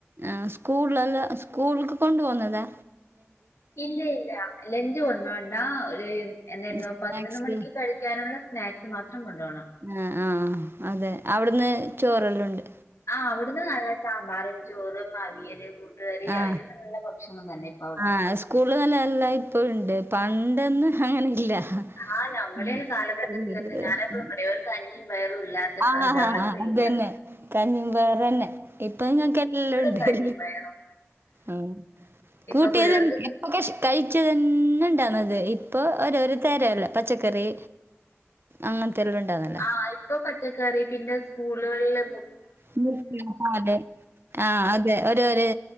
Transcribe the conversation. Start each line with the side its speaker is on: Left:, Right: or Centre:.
Right: ആഹ് സ്കൂള്ല്ലാം സ്കൂൾക്ക് കൊണ്ട് പോന്നതോ?
Left: ഇല്ല ഇല്ല ലഞ്ച് കൊണ്ടോണ്ട ഒരു എന്തായിരുന്നു
Right: സ്നാക്സ്
Left: പതിനൊന്ന് മണിക്ക് കഴിക്കാനുള്ള സ്നാക്സ് മാത്രം കൊണ്ടു പോണം.
Right: ആഹ് ആഹ് അതെ അവിടുന്ന് ചോറെല്ലോണ്ട്?
Left: ആഹ് അവിടുന്ന് നല്ല സാമ്പാറും ചോറും അവിയല്, കൂട്ടുകറി
Right: ആഹ്
Left: അവ്ട്ന്ന് നല്ല ഭക്ഷണം തന്നെ. അവിടെ
Right: ആഹ് സ്കൂള്ല് നല്ലല്ല ഇപ്പൊ ഇണ്ട്. പണ്ടന്നും അങ്ങനെ ഇല്ല.
Left: ആ നമ്മളെല്ലാം
Right: <unintelligible>
Left: കാലഘട്ടത്തിലൊക്കെ ഞാനെപ്പോഴും പറയും ഒരു കഞ്ഞിയും പയറും ഇല്ലാത്ത
Right: ആഹ്
Left: ക-
Right: ആഹ്
Left: ദിവസേ
Right: ആഹ് അത്
Left: ഇല്ല
Right: തന്നെ കഞ്ഞീ പയറന്നെ ഇപ്പ ഇങ്ങക്ക് എല്ലാം
Left: എപ്പോഴും
Right: ഉണ്ട്ല്ലേ?
Left: കഞ്ഞിയും പയറും
Right: ഉം
Left: ഇപ്പൊ
Right: കൂട്ട്കറി
Left: പിള്ളേർക്ക്
Right: ഇപ്പൊക്കൊ കഴിച്ചതന്നെണ്ടാന്നത്. ഇപ്പൊ ഓരോര് തരല്ലോ? പച്ചക്കറി അങ്ങത്തെ നത്തെ എല്ലാം
Left: ആഹ് ഇപ്പൊ പച്ചക്കറി പിന്നെ സ്കൂളുകളില് മു
Right: <unintelligible> ആതെ ആഹ് അതെ ഒരോര്